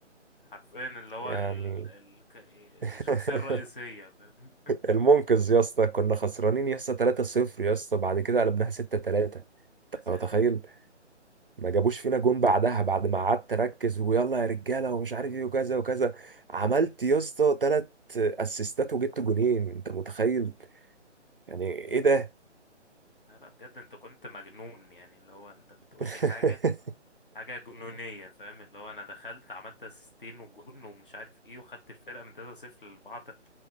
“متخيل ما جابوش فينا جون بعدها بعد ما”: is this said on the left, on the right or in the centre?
Right